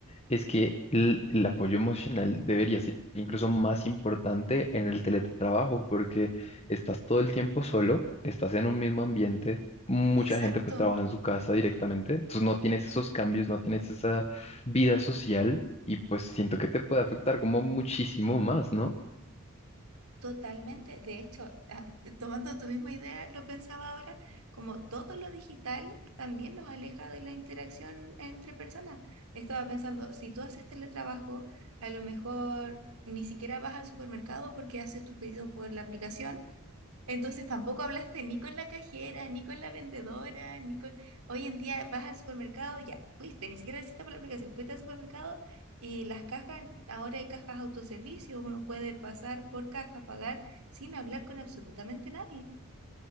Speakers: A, on the left; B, on the right.
A: es que el, el apoyo emocional debería ser incluso más importante en el teletrabajo porque estás todo el tiempo solo, estás en un mismo ambiente, mucha
B: Exacto,
A: gente pues trabaja en su casa directamente, entonces no tienes esos cambios, no tienes esa vida social y pues siento que te puede afectar como muchísimo más, ¿no?
B: totalmente. De hecho, ah, t- tomando tu misma idea, lo pensaba ahora, como todo lo digital también nos aleja de la interacción entre personas. Estaba pensando, si tú haces teletrabajo, a lo mejor ni siquiera vas al supermercado porque haces tu pedido por la aplicación. Entonces tampoco hablaste ni con la cajera, ni con la vendedora, ni con... Hoy en día vas al supermercado, ya, fuiste, ni siquiera lo hiciste por la aplicación, fuiste al supermercado y las cajas, ahora hay cajas autoservicio, uno puede pasar por caja, pagar sin hablar con absolutamente nadie.